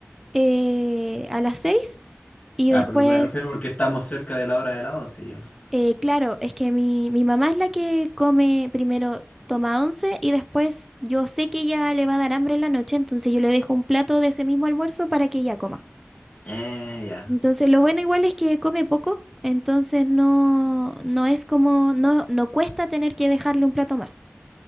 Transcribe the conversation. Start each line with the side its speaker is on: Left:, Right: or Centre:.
Centre: eh, a las 6 y
Left: Ya,
Centre: después...
Left: porque me refiero porque estamos cerca de la hora de la once ya.
Centre: Eh, claro, es que mi, mi mamá es la que come primero, toma once y después yo sé que ella le va a dar hambre en la noche, entonces yo le dejo un plato de ese mismo almuerzo para que ella coma.
Left: Eh, ya.
Centre: Entonces lo bueno igual es que come poco, entonces no, no es como, no, no cuesta tener que dejarle un plato más.